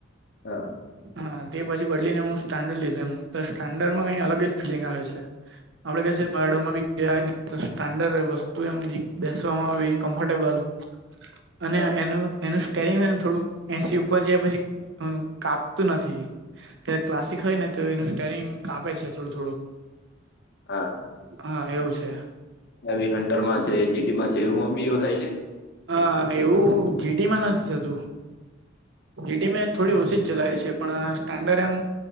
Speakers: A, on the left (about 60°); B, on the right (about 65°).
A: હા.
B: હા, તે પછી બદલીને હું સ્ટાન્ડર્ડ લીધે, તો સ્ટાન્ડર્ડમાં કઈ અલગ જ ફીલિંગ આવે છે. આપડે કે પડમાં બડ વસ્તુમ <inaudible> આવી કમફર્ટેબલ અને
A: હા
B: એનું એનું સ્ટેરિંગ હને થોડુંક એસી ઉપર જાય પછી કાપતું નથી. તે ક્લાસિક હોય ને તો એનું સ્ટેરિંગ કાપે છે થોડું થોડું.
A: હા.
B: હા એવું છે.
A: આવી હન્ટર માં છે, જી ટી માં છે એમાં બી એવ થાય છે?
B: હા, એવું જી ટીમાં નથી થતું. જેટી માં એક થોડી ઓછી જ ચલાવી છે પણ સ્ટાન્ડર્ડ એમ